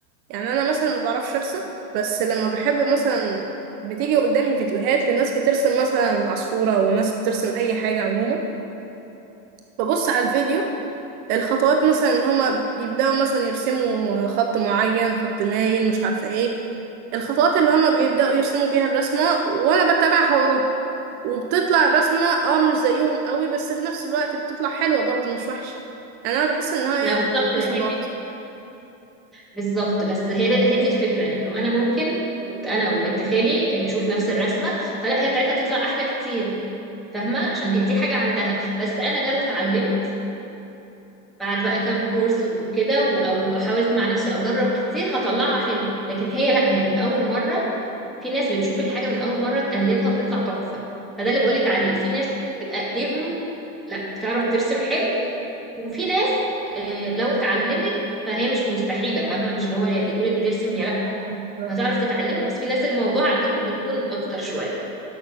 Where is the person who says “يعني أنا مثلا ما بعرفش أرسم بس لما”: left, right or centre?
Right